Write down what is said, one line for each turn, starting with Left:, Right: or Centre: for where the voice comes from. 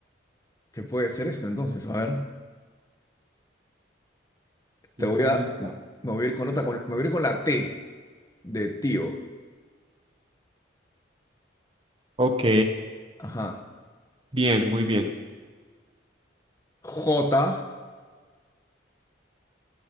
Left: ¿Qué puede ser esto entonces? A ver, te
Right: Esa
Left: voy a.
Right: no está.
Left: Me voy a ir con otra, con- me voy a ir con la T de tío.
Right: Ok,
Left: Ajá.
Right: bien, muy bien.
Left: J.